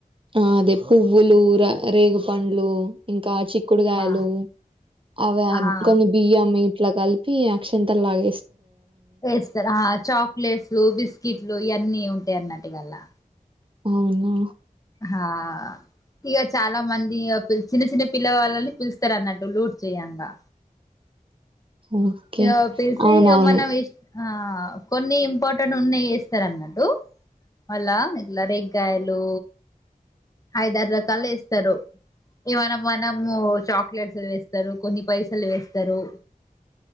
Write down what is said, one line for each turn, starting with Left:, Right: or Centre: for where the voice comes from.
Right: ఆ అదే పువ్వులు, ర రేగు పండ్లు, ఇంకా చిక్ క్కుడుగాయలు.
Left: ఆ!
Right: అవి
Left: ఆహా!
Right: కొన్ని బియ్యం మీద ఇట్లా కలిపి, అక్షంతలు లాగ.
Left: వేస్తారు. ఆ చాక్లెట్స్లు, బిస్కిట్లు, ఇవన్నీ ఉంటాయి అన్నట్టు ఇగ అల్లా.
Right: అవునా
Left: హా ఇగ చాలా మంది చిన్న, చిన్న పిల్ల వాళ్ళని పిలుస్తారు అన్నట్టు లూట్ చేయంగా.
Right: ఓకే
Left: ఇగ పిల్సి
Right: అవునవును
Left: ఇగ మనం ఇష్ట ఆ కొన్ని ఇంపార్టెంట్ ఉన్నాయి చేస్తారు అన్నట్టు మళ్ళ ఇట్లా రగ బకాయలు ఐదారు రకాలు ఇేస్తారు ఇ మనం మనము చాక్లెట్స్లు వేస్తారు కొన్ని పైసలు వేస్తారు